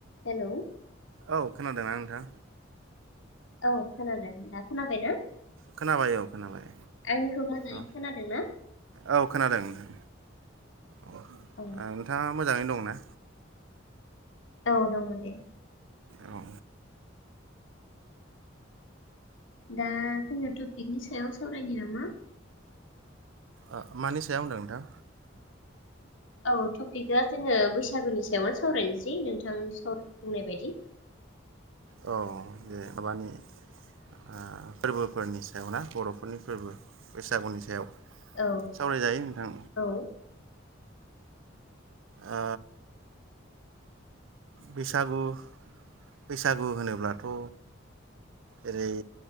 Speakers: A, on the left; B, on the right.
A: हेलौ
B: औ खोनादों आं। दा
A: औ खोनादों दा खोनाबायना?
B: खोनाबाय औ खोनाबाय
A: आंनिखौ मोजाङै
B: औ
A: खोनादों ना
B: औ खोनादों नो ओ
A: औ
B: नोंथाङा मोजाङै दङ? ना
A: औ दङ दे।
B: औ।
A: दा जोङो टपिकनि सायाव सावरायनि नामा?
B: ओ मानि सायाव होनदों नोंथां?
A: औ टपिकआ जोङो बैसागुनि सायावनो सावरायनोसै नोंथां साव बुंनाय बायदि।
B: औ जे माबानि ओ फोर्बोफोरनि सायाव ना बर'फोरनि फोर्बो बैसागुनि सायाव।
A: औ
B: सावराय जायो नोंथां।
A: औ
B: ओ बैसागु बैसागु होनोब्लाथ' ओरै